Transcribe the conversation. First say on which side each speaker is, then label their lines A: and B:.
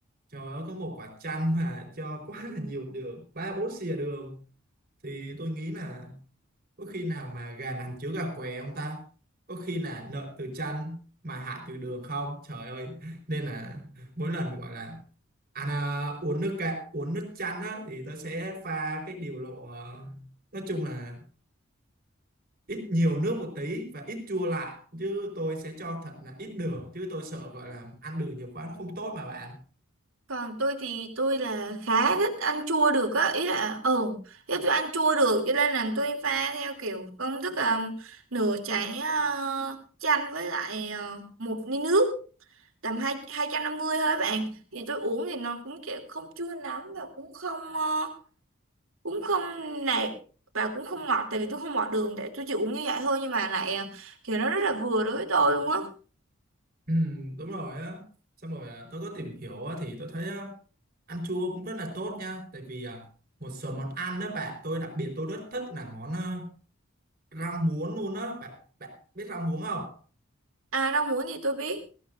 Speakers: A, on the right; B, on the right.
A: trời ơi có một quả chanh mà cho <laughs> quá là nhiều đường ba bốn xìa đường thì tôi nghĩ là có khi nào mà gà nằm chứa gà què không ta có khi là lợi từ chăn mà hại từ đường không trời ơi nên là mỗi lần gọi là ăn à, uống nước cạn uống nước chanh á thì tôi sẽ pha cái điều lộ ờ, nói chung là ít nhiều nước một tí và ít chua lại chứ tôi sẽ cho thật là ít đường chứ tôi sợ gọi là ăn đường nhiều quá nó không tốt mà bạn
B: Còn tôi thì tôi là khá thích ăn chua được á, ý là ừ, ý là tôi ăn chua được cho nên là tôi pha theo kiểu công thức là nửa trái ờ, chanh với lại ờ, một ly nước tầm hai 250 thôi bạn. Thì tôi uống thì nó cũng kiểu không chua lắm và cũng không ờ, cũng không nạc và cũng không ngọt tại vì tôi không bỏ đường để tôi chỉ uống như vậy thôi nhưng mà lại ờ, kiểu nó rất là vừa đối với tôi luôn á.
A: Ừ, đúng rồi á xong rồi à, tôi có tìm hiểu á, thì tôi thấy á, ăn chua cũng rất là tốt nha tại vì à, một số món ăn đó bạn tôi đặc biệt tôi rất thích là món ờ, rau muống luôn á bạn bạn biết rau muống không
B: À rau muống thì tôi biết